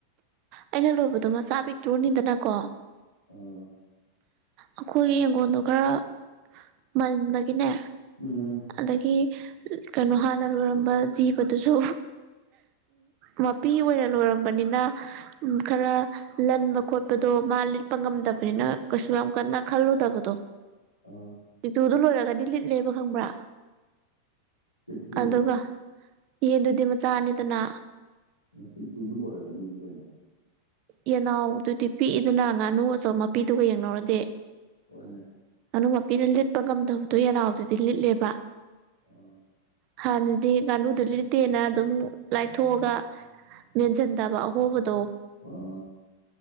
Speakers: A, on the right; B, on the left.
A: ꯑꯩꯅ ꯂꯣꯏꯕꯗꯣ ꯃꯆꯥ ꯄꯤꯛꯇ꯭ꯔꯣꯅꯤꯗꯅꯀꯣ
B: ꯑꯥ
A: ꯑꯩꯈꯣꯏꯒꯤ ꯌꯦꯡꯒꯣꯟꯗꯣ ꯈꯔ ꯃꯟꯕꯒꯤ ꯒꯤꯅꯦ
B: ꯎꯝ
A: ꯑꯗꯒꯤ ꯀꯩꯅꯣ ꯍꯥꯟꯅ ꯂꯣꯏꯔꯝꯕ ꯖꯤꯕꯗꯨꯁꯨ ꯃꯄꯤ ꯑꯣꯏꯅ ꯂꯣꯏꯔꯝꯕꯅꯤꯅ ꯈꯔ ꯂꯟꯕ ꯈꯣꯠꯄꯗꯣ ꯃꯥ ꯂꯤꯠꯄ ꯉꯝꯗꯕꯅꯤꯅ ꯀꯩꯁꯨ ꯌꯥꯝ ꯀꯅꯥ ꯈꯜꯂꯨꯗꯕꯗꯨꯣ
B: ꯑ
A: ꯆꯨꯗꯨ ꯂꯣꯏꯔꯒꯗꯤ ꯂꯤꯠꯂꯦꯕ ꯈꯪꯕ꯭ꯔꯥ
B: ꯄꯤꯛꯇꯨ
A: ꯑꯗꯨꯒ ꯌꯦꯟꯗꯨꯗꯤ ꯃꯆꯥꯅꯤꯗꯅ
B: ꯄꯤꯛꯇꯨꯗꯨ ꯂꯣꯏꯔꯒꯗꯤꯁꯨ ꯀꯩꯅꯣ
A: ꯌꯦꯅꯥꯎꯗꯨꯗꯤ ꯄꯤꯛꯏꯗꯨꯅ ꯉꯥꯅꯨ ꯑꯆꯧꯝ ꯃꯄꯤꯗꯨꯒ ꯌꯦꯡꯅꯧꯔꯗꯤ
B: ꯍꯣꯏꯅꯦ
A: ꯉꯥꯅꯨ ꯃꯄꯤꯅ ꯂꯤꯠꯄ ꯉꯝꯗꯕꯗꯣ ꯌꯦꯅꯥꯎꯗꯨꯗꯤ ꯂꯤꯠꯂꯦꯕ
B: ꯑꯥ
A: ꯍꯥꯟꯅꯗꯤ ꯉꯥꯅꯨꯗꯨ ꯂꯤꯠꯇꯦꯅ ꯑꯗꯨꯝ ꯂꯥꯏꯊꯣꯛꯑꯒ ꯃꯦꯟꯁꯤꯟꯗꯕ ꯑꯍꯣꯕꯗꯣ
B: ꯑꯥ